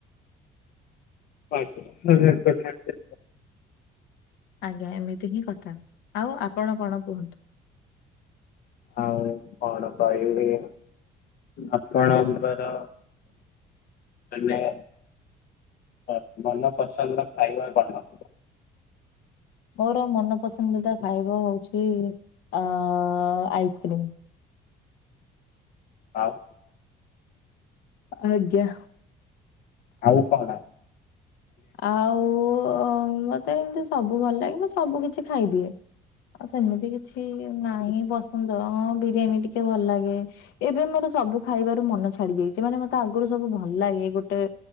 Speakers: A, on the left (about 60°); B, on the left (about 85°).
A: <unintelligible>
B: ଆଜ୍ଞା ଏମିତି ହିଁ କଥା, ଆଉ ଆପଣ କଣ କୁହନ୍ତୁ?
A: ଆଉ କଣ କହିବି? ଆପଣଙ୍କର, ମାନେ ହ ମନ ପସନ୍ଦ ର ଖାଇବା କଣ?
B: ମୋର ମନପସନ୍ଦିତା ଖାଇବା ହଉଛି, ଆଃ ଆଇସ୍କ୍ରିମ୍।
A: ଆଉ
B: ଆଜ୍ଞା।
A: ଆଉ କହନା
B: ଆଉ ଓଁ ମତେ ଏମିତି ସବୁ ଭଲ ଲାଗେ, ମୁଁ ସବୁ କିଛି ଖାଇଦିଏ। ଆ ସେମିତି କିଛି ନାହିଁ ପସନ୍ଦ, ହଁ ବିରିୟାନୀ ଟିକେ ଭଲ ଲାଗେ। ଏବେ ମୋର ସବୁ ଖାଇବାରୁ ମନ ଛାଡି ଯାଇଚି, ମାନେ ମତେ ଆଗରୁ ସବୁ ଭଲ ଲାଗେ ଗୋଟେ